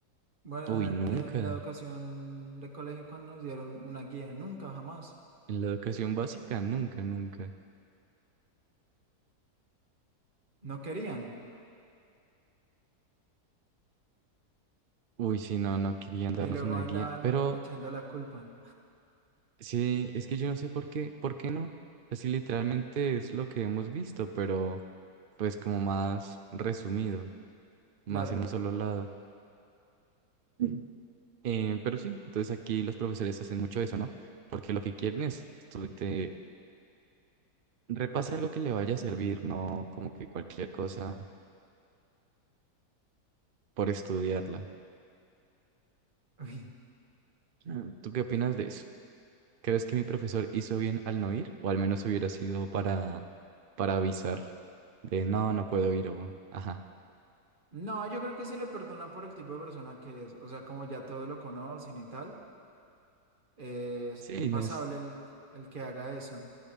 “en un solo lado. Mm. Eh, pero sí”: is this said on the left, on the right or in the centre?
Right